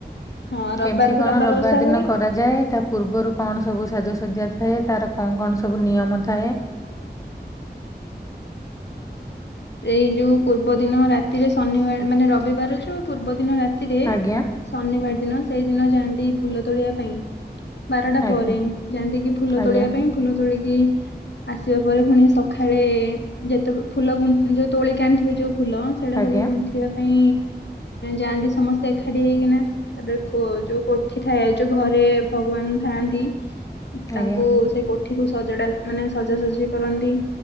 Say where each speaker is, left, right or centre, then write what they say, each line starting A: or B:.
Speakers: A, on the left; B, on the left.
A: ହଁ ରବିବାରକୁ
B: କେମତି କଣ ରବିବାର
A: ଓଷା
B: ଦିନ
A: ହୁଏ।
B: କର? ଯାଏ ତା ପୂର୍ବରୁ କଣ ସବୁ ସାଜସଜ୍ଜା ଥାଏ ତାର କଣ କଣ ସବୁ ନିୟମ ଥାଏ।
A: <unintelligible> ଏଇ ଯୋଉ ପୂର୍ବ ଦିନ ରାତିରେ ଶନିବାର ମାନେ ରବିବାର ଯୋଉ ପୂର୍ବ ଦିନ ରାତି ରାତିରେ
B: ଆଜ୍ଞା
A: ଶନିବାର ଦିନ ସେଇ ଦିନ ଯାଆନ୍ତି ଫୁଲ ତୋଳିବା ପାଇଁ ବାରଟା
B: ଆଜ୍ଞା
A: ପରେ ଯାନ୍ତି କିି ଫୁଲ
B: ଆଜ୍ଞା
A: ତୋଳିବା ପାଇଁ ଫୁଲ ତୋଳିକି ଆସିବା ପରେ ପୁଣି ସକାଳେ ଯେତେ ଫୁଲ ଯୋଉ ତୋଳିକା ଆଣିଥିବେ ଯୋଉ ଫୁଲ ସେଗୁଡା
B: ଆଜ୍ଞା
A: ସବୁ ଗୁନ୍ଥିବା ପାଇଁ ଯାଆନ୍ତି ସମସ୍ତେ ଏକାଠି ହେଇକିନା ତାପରେ ଯୋଉ କୋଠି ଥାଏ ଯୋଉ ଘରେ ଭଗବାନ ଥାଆନ୍ତି। ତାଙ୍କୁ
B: ଆଜ୍ଞା
A: ସେଇ କୋଠିକୁ ସଜଡା ମାନେ ସଜାସଜି କରନ୍ତି